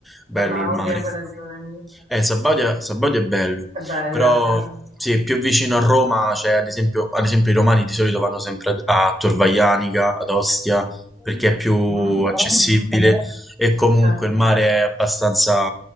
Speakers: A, in the centre; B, on the right.
A: bello
B: Sabaudia,
A: il mare.
B: quelle zone lì.
A: Eh, Sabaudia, Sabaudia è bello,
B: È bella.
A: però
B: eh.
A: sì, più vicino a Roma, c'è ad esempio, ad esempio i romani di solito vanno sempre a, a Tor Vaianica, ad Ostia, perché è più
B: Mhm,
A: accessibile
B: mhm.
A: e comunque
B: Certo.
A: il mare è abbastanza,